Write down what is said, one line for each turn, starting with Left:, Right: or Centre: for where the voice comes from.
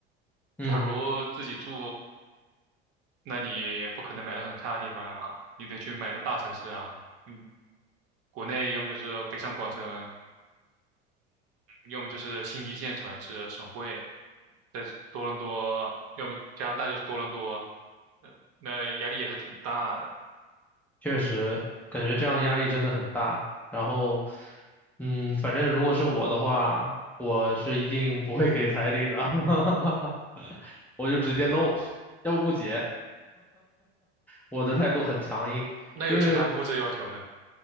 Centre: 嗯。
Right: 假如自己住，那你不可能买到很差的地方啊，你得去买到大城市啊。嗯，国内要么就是北上广深，要么就是新一线城市省会，在多伦多，要么加拿大就是多伦多，呃那压力也是挺大的。
Centre: 确实，感觉这样压力真的很大。然后，嗯，反正如果是我的话，我是一定不会给彩礼的，<laughs> 我就直接 no，要不不结。我的态度很强硬，
Right: 那有其他物质要求呢？
Centre: 因为